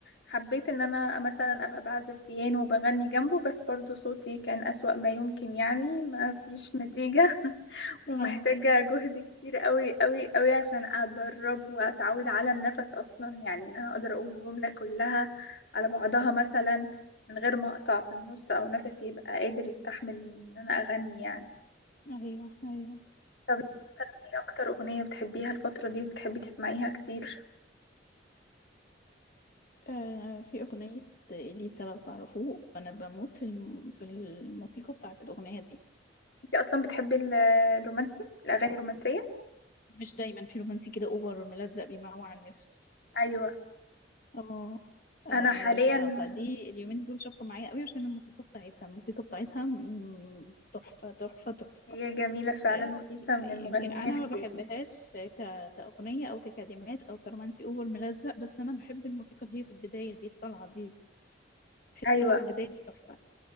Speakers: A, on the left; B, on the left.
A: حبيت ان انا مثلا ابقى بعزف بيانو وبغني جنبه بس برضو صوتي كان اسوأ ما يمكن يعني ما فيش نتيجه <laughs> ومحتاجه
B: اه
A: جهد كتير قوي قوي قوي عشان اتدرب واتعود على النفس اصلا يعني ان انا اقدر اقول الجمله كلها على بعضها مثلا من غير ما اقطع في النص او نفسي يبقى قادر يستحمل ان انا اغني يعني
B: <laughs> ايوه ايوه
A: طب مثلا ايه اكتر اغنية بتحبيها الفترة دي وبتحبي تسمعيها كتير
B: آه في اغنية اليسا لو تعرفوه انا بموت في الم... في الموسيقى بتاعت الاغنية دي
A: انت اصلا بتحبي ال- الرومانسي الاغاني الرومانسية
B: مش دايما في رومانسي كده اوفر ملزق بيموع النفس
A: ايوه
B: اه آه،
A: انا حاليا
B: ف... فدي اليومين دول شابطة معايا قوي عشان الموسيقى بتاعتها الموسيقى بتاعتها م- تحفة تحفة تحفة
A: هي جميلة فعلا
B: آه،
A: وإليسا من المغنيين
B: يمكن أنا
A: الحلوين
B: ما بحبهاش ك... كأغنية أو ككلمات أو كرومانسي أوفر ملزق بس أنا بحب الموسيقى اللي هي في البداية دي الطلعة دي الحتة
A: ايوه
B: اللي في البداية دي تحفة